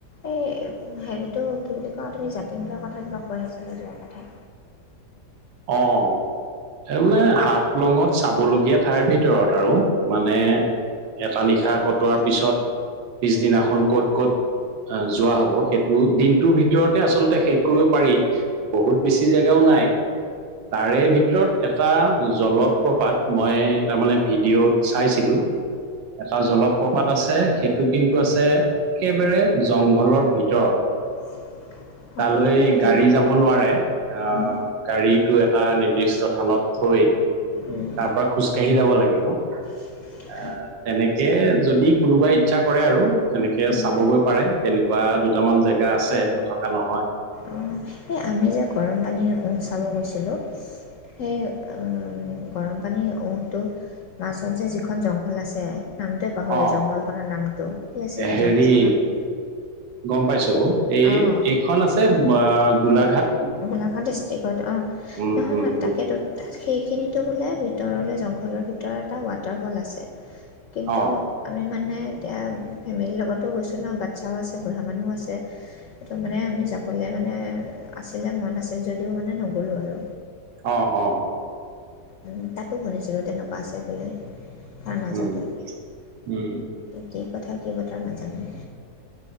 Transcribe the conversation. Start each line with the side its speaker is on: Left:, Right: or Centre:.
Left: এই হেৰিটো কি বুলি কওঁ তুমি জাতিঙ্গাৰ কথা কিবা কৈ আছিলা যোৱা কথা।
Right: অ তাৰমানে হাফলংত চাবলগীয়া ঠাইৰ ভিতৰত আৰু মানে এটা নিশা কটোৱাৰ পিছত পিছদিনাখন ক'ত ক'ত আ যোৱা হব সেইটো দিনটোৰ ভিতৰতে আচলতে শেষ কৰিব পাৰি। বহুত বেছি জেগাও নাই। তাৰে ভিতৰত এটা জলপ্ৰপাত মই তাৰমানে ভিডিঅ'ত চাইছিলো। এটা জলপ্ৰপাত আছে, সেইটো কিন্তু আছে একেবাৰে জংঘলৰ ভিতৰত।
Left: <unintelligible>
Right: তালৈ
Left: কেনেকৈ
Right: গাড়ী
Left: যাবা
Right: যাব নোৱাৰে। আহ
Left: উম
Right: গাড়ীটো এটা নিৰ্দিষ্ট থানত থৈ
Left: উম
Right: তাৰপৰা খোজ কাঢ়ি যাব লাগিব।
Left: <unintelligible>
Right: আহ তেনেকে যদি কোনোবাই ইচ্ছা কৰে আৰু তেনেকে
Left: উম
Right: চাবগৈ পাৰে। তেনেকুৱা দুটামান জেগা আছে নথকা নহয়।
Left: অঁ এই আমি যে গৰম পানী উহ চাব গৈছিলোঁ। সেই উম গৰম পানী উহটো মাজত যে যিখন জংঘল আছে, নামটোৱে পাহৰিলোঁ
Right: অ
Left: জংঘলখনৰ নামটো কি আছিলে
Right: হেৰি
Left: জংঘলখনত
Right: গম পাইছো, এই
Left: অঁ
Right: এইখন আছে আ গোলাঘাট
Left: গোলাঘাট ডিষ্ট্ৰিক্টত, অঁ
Right: উম
Left: সেইখন
Right: উম
Left: হয় তাকেতো
Right: উম
Left: তাত সেইখিনিতো বোলে ভিতৰলৈ জংঘলৰ ভিতৰ এটা ৱাটাৰফল আছে। কিন্তু!
Right: অ
Left: আমি মানে এতিয়া ফেমিলিৰ লগতো গৈছোঁ ন বাচ্ছাও আছে, বুঢ়া মানুহ আছে। সেইটো মানে আমি যাবলে মানে আছিলে মন আছে যদিও মানে নগলো আৰু।
Right: অঁ অঁ!
Left: উমঁ তাতো শুনিছিলোঁ তেনেকুৱা আছে বুলি তাৰ মাজতো-
Right: উম
Left: এতিয়া
Right: উম
Left: কি কথা কি বতৰা নাজানোঁ।